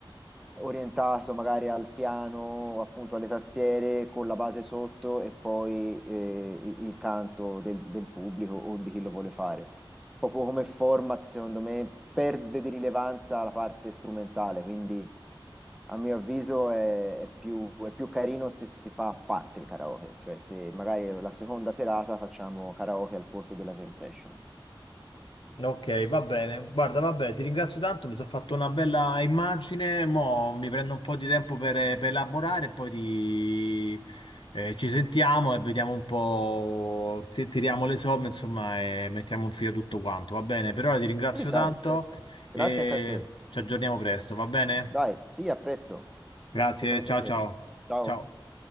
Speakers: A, in the centre; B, on the left (about 65°).
A: orientato magari al piano, appunto alle tastiere, con la base sotto e poi eh, il il canto del, del pubblico o di chi lo vuole fare. Proprio come format, secondo me, perde di rilevanza la parte strumentale, quindi... A mio avviso è, è più, è più carino se si fa a parte il karaoke, cioè se magari la seconda serata facciamo karaoke al posto della jam session.
B: Ok, va bene. Guarda, vabbè, ti ringrazio tanto, mi sono fatto una bella immagine, mo mi prendo un po' di tempo per, per elaborare, e poi ti- eh, ci sentiamo e vediamo un po', ti- tiriamo le somme, insomma, e mettiamo in fila tutto quanto, va bene? Per ora ti ringrazio
A: Sì, dai,
B: tanto
A: certo. Grazie
B: e
A: anche a te.
B: ci aggiorniamo presto, va bene?
A: Dai, sì, a presto.
B: Grazie,
A: È stato un
B: ciao
A: piacere.
B: ciao.
A: Ciao.
B: Ciao.